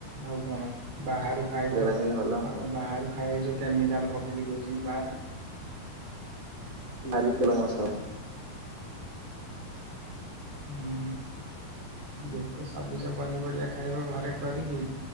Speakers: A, on the right (about 80°); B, on the right (about 20°).
A: ଆଉ କଣ ବାହାରୁ ଖାଇବ ଆଉ
B: ପାଇଁ ବି ଭଲ
A: କଣ ବାହାରୁ ଖାଇବ ଯୋଉ କେମିକାଲ ପ ଦେଇଦଉଛନ୍ତି ବାହାରେ।
B: ନାରି ତେଲ ମସଲା।
A: ହୁଁ ଯେତେ ସବୁଜ ପନିପରିବା ଖାଇବ ଘରେ କରିକି।